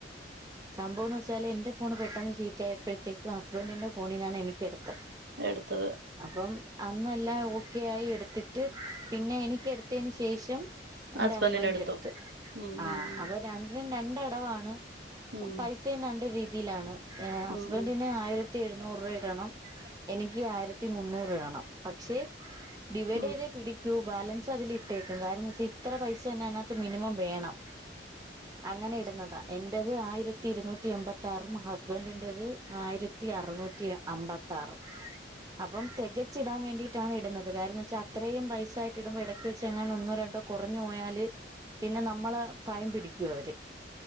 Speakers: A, on the right (about 20°); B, on the right (about 60°).
A: <inaudible> സംഭവംന്ന് വെച്ചാല് എന്റെഫോണ്പെട്ടെന്ന് ചീത്തയ്പ്പെയ്ത്തെക്കും ഹസ്ബന്റിന്റെ ഫോണീനാണ് എനിക്കെടുത്തെ
B: എടുത്തത്
A: അപ്പം അന്നല്ലാംഓക്കെ ആയി എടുത്തിട്ട് പിന്നെഎനിക്ക് എടുത്തെന് ശേഷം എന്റെ
B: ഹസ്ബൻഡിനെടുത്തു
A: ഹസ്ബന്റ് എടുത്തു
B: ഉം
A: ആ
B: ഉം
A: അത് രണ്ടിനുംരണ്ടടവാണ്
B: ഉം ഉം
A: പൈസയുംരണ്ട് രീതിയിലാണ് എ ഹസ്ബന്റിന്
B: ഉം ഉം
A: ആയിരത്തിഎഴുന്നൂറ് രൂപഇടണം എനിക്ക്ആയിരത്തി ത്തിമുന്നൂറ്ടണം പക്ഷെ ഡിവൈഡ്യ്തേ
B: ഉം
A: പിടിക്കൂ ബാലൻസ് അതിൽഇട്ടേക്കും കാരണംന്ന് വെച്ച ഇത്രപൈസ അതിനകത്ത്ന്നെ മിനിമം വേണം അങ്ങനെ ഇടുന്നതാ എൻറേത് ആയിരത്തി ഇരുന്നൂറ്റി എൺമ്പത്തി ആറും ഹസ്ബൻഡിൻറത് ആയിരത്തി ത്തി അർനൂറ്റി അമ്പത്തി ആറ് അപ്പം തികച്ചിടാൻ വേണ്ടിട്ടാണ് ഇടുന്നത് കാരണം എന്ന് വെച്ചാൽ അത്രയും പൈസായിട് ഇടുമ്പോ ഇടയ്ക്ക് വെച്ച് ങ്ങാന ഒന്നോ രണ്ടോ കുറഞ്ഞോയാല് പിന്നെ നമ്മളെ ഫൈൻ പിടിക്കൂ അവര്